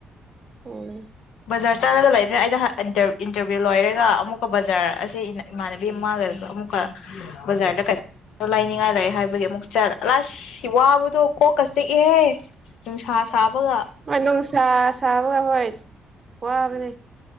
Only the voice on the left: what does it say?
ꯕꯖꯔ ꯆꯥꯔ ꯂꯩꯔꯅ ꯑꯩꯩꯅ ꯏꯟꯇꯔꯚꯤꯌꯨ ꯂꯣꯏꯔꯦ ꯑꯃꯨꯛꯀ ꯕꯖꯥꯔ ꯑꯁꯤ ꯃꯥꯅꯦ ꯗꯦ ꯃꯥꯒꯒ ꯑꯃꯨꯛꯀ ꯕꯖꯥꯔꯗ ꯂꯥꯏꯅꯤꯡꯉꯥꯏ ꯂꯩꯥꯏꯑꯦ ꯍꯥꯏꯕꯒꯤ ꯑꯃꯨꯛ ꯆꯠꯂꯦ ꯑꯂꯥꯏ ꯁꯤ ꯋꯥꯕꯗꯣ ꯀꯣꯛꯀ ꯆꯤꯛꯑꯦ ꯅꯨꯡꯁꯥ ꯁꯥꯕꯒ